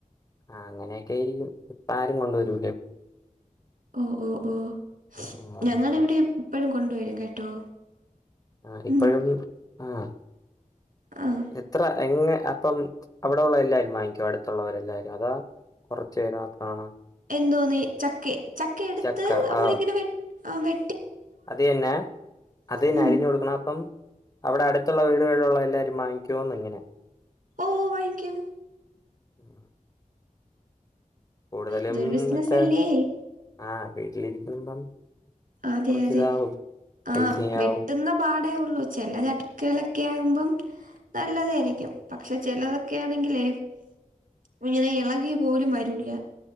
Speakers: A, on the left (about 25°); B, on the right (about 85°).
A: ആഹ് അങ്ങനെയൊക്കെയായിരിക്കും പ്പാ ആരും കൊണ്ട് വരൂ
B: ഓഹ് ഓഹ് ഓഹ്
A: ആ,
B: ഞങ്ങടെ
A: അങ്ങനെ
B: ഇവ്ടെ യും പ്പഴും കൊണ്ട് വരും കേട്ടോ
A: ആഹ് ഇപ്പെഴും
B: ഉം.
A: ആഹ്
B: ആഹ്.
A: എത്ര എങ്ങെ അപ്പം അവ്ടോള്ള എല്ലാരും വാങ്ങിക്കോ അട്ത്തുള്ളവരെല്ലാവാരും അതാ കൊറച്ച പേര് മാത്രമാണോ?
B: എന്തോന്ന് ചക്കെ ചക്കെ എട്ത്ത്
A: ചക്ക
B: അമ്മളിങ്ങനെ
A: ആ
B: വെ ആഹ് വെ
A: അത് എന്നെ. അത് എന്നെ
B: ഉം.
A: അരിഞ്ഞു കൊടുക്കണം അപ്പം അവ്ടെ അട്ത്തുള്ള വീടുകളിലുള്ള എല്ലാവരും വാങ്ങിക്കോന്ന് ഇങ്ങനെ
B: ഓഹ് വാങ്ങിക്കും
A: ഉം കൂടുതലും
B: ഇതൊരു ബിസിനസ്സല്ലേ?
A: ഇങ്ങൻ ത്തെ ആഹ് വീട്ടിലിരിക്കുമ്പം
B: അതെ
A: കുറച്ച്
B: അതെ
A: ഇതാവും
B: ആഹ്
A: പൈസയാവും
B: വെട്ട്ന്ന പാടേ ഉള്ളൂ. ചെല ചക്കെ കളൊക്കെ ആകുമ്പം നല്ലതായിരിക്കും. പക്ഷെ ചെലതൊക്കെയാണെങ്കിലെ വീളെ ഇളകി പോലും വരൂല